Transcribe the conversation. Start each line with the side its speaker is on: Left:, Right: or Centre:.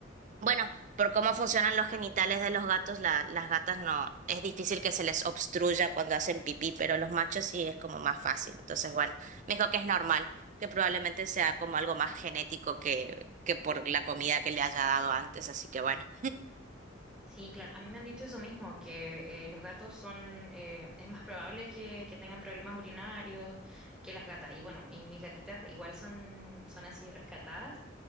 Right: bueno, por cómo funcionan los genitales de los gatos, la- las gatas no, es difícil que se les obstruya cuando hacen pipí, pero los machos sí es como más fácil. Entonces, bueno, me dijo que es normal, que probablemente sea como algo más genético que, que por la comida que le haya dado antes, así que bueno.
Centre: sí, claro, a mí me han dicho eso mismo, que eh, los gatos son, eh, es más probable que, que tengan problemas urinarios que las gatas. Y bueno, mi- mis gatitas igual son, son así rescatadas,